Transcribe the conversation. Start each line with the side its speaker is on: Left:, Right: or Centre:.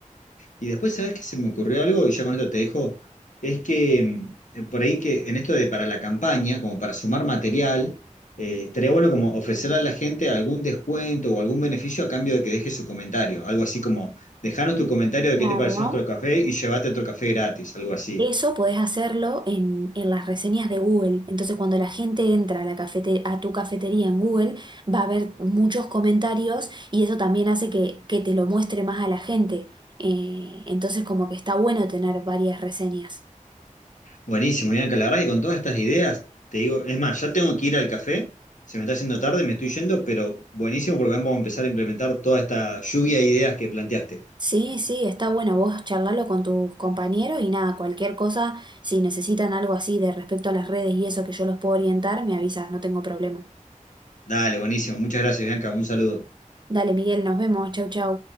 Left: Y después, ¿sabes qué se me ocurrió algo? Y ya con esto te dejo. Es que eh, por ahí que en esto de para la campaña, como para sumar material, eh, estaría bueno como ofrecerle a la gente algún descuento o algún beneficio a cambio de que deje su comentario. Algo así como, dejanos tu comentario de
Right: Claro.
Left: qué te pareció nuestro café y llévate otro café gratis, algo así.
Right: Eso podés hacerlo en, en las reseñas de Google. Entonces, cuando la gente entra a, la cafete- a tu cafetería en Google, va a haber muchos comentarios y eso también hace que, que te lo muestre más a la gente. Eh, entonces, como que está bueno tener varias reseñas.
Left: Buenísimo, Bianca, la verdad que con todas estas ideas, te digo, es más, ya tengo que ir al café, se me está haciendo tarde, me estoy yendo, pero buenísimo porque vamos a empezar a implementar toda esta lluvia de ideas que planteaste.
Right: Sí, sí, está bueno vos charlarlo con tus compañeros y nada, cualquier cosa, si necesitan algo así de respecto a las redes y eso que yo los puedo orientar, me avisas, no tengo problema.
Left: Dale, buenísimo. Muchas gracias, Bianca. Un saludo.
Right: Dale, Miguel, nos vemos, chau, chau.